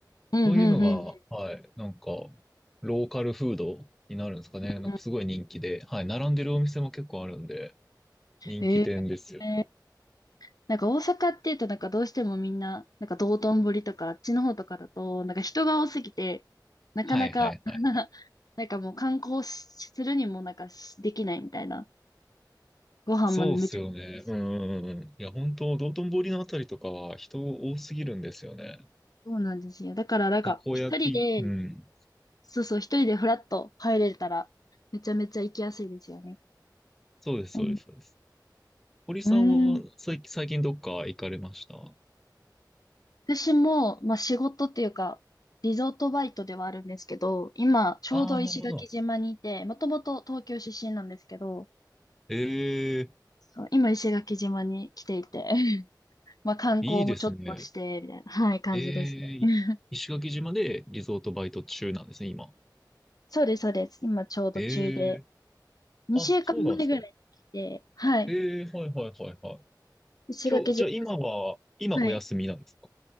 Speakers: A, on the left; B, in the centre.
A: うんうんうん
B: そういうのが、はい、なんか、ローカルフードになるんですかね。
A: う
B: なんかすごい人気で、はい、並んでるお店も結構あるんで、人気店ですよね。
A: ん。ええなんか大阪っていうとなんかどうしてもみんな、なんか道頓堀とかあっちの方とかだと、なんか人が多すぎて、なかなか
B: はいはいはい。
A: <laughs> なんかもう観光しするにもなんかしできないみたいな。ご飯もめちゃくちゃです。
B: そうっすよね。うんうんうんうん。いや、本当道頓堀のあたりとかは人多すぎるんですよね。
A: そうなんですよ。だからなんか一人で、
B: たこ焼き、うん。
A: そうそう、一人でフラッと入れたら、めちゃめちゃ行きやすいですよね。
B: そうです、
A: うん。
B: そうです、そうです。堀さんは最近、
A: うん
B: 最近どっか行かれました
A: 私も、まあ仕事っていうか、リゾートバイトではあるんですけど、今、ちょうど石垣島にいて、
B: ああ、なるほど。
A: もともと東京出身なんですけど、
B: ええ、
A: そう今、石垣島に来ていて、<laughs> まあ観光もちょっとして、
B: いいですね。
A: みたいな、はい、感じですね。
B: ええ、い石垣島でリゾートバイト中なんですね、
A: <laughs>
B: 今。
A: そうです、そうです。今、ちょうど中で、
B: ええ、
A: 2週間前ぐらいに来て、
B: あ、そうなんですか。
A: はい、
B: ええ、はいはいはいはい。
A: 石垣島、
B: 今日、じゃあ今は、今お休みなんですか
A: はい、